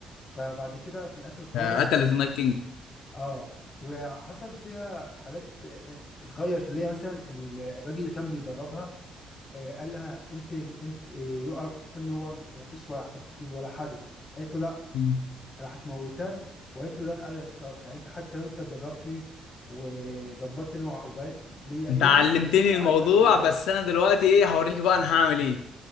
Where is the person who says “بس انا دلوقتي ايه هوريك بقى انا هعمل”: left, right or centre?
Left